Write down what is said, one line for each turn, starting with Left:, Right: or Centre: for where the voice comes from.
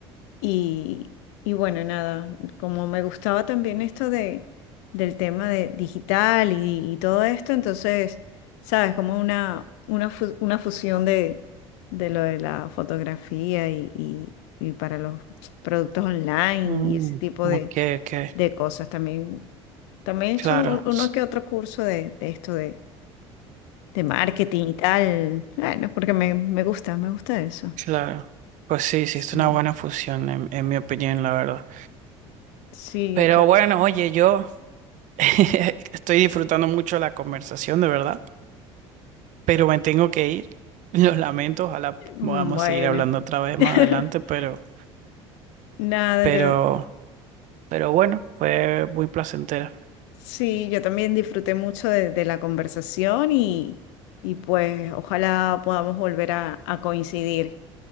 Left: Y, y bueno, nada, como me gustaba también esto de, del tema de digital y, y todo esto, entonces, sabes, como una, una, fu- una fusión de, de lo de la fotografía y, y- y para los productos online
Right: Mm,
Left: y ese tipo
Right: ok,
Left: de,
Right: ok.
Left: de cosas. También, también he hecho
Right: Claro,
Left: un- uno
Right: s-
Left: que otro curso de, de esto de, de marketing y tal. Bueno, porque me, me gusta, me gusta eso.
Right: claro. Pues sí, sí,
Left: Sí,
Right: es una buena fusión, en, en mi opinión, la verdad.
Left: sí,
Right: Pero bueno, oye, yo <laughs> estoy disfrutando mucho la conversación, de verdad, pero me tengo que ir. <laughs> Lo lamento, ojalá
Left: Mm,
Right: podamos
Left: Bueno,
Right: seguir hablando otra vez
Left: <laughs>
Right: más adelante, pero,
Left: nada,
Right: pero,
Left: yo
Right: pero bueno, fue muy placentera.
Left: sí, yo también disfruté mucho de, de la conversación y, y pues ojalá podamos volver a, a coincidir,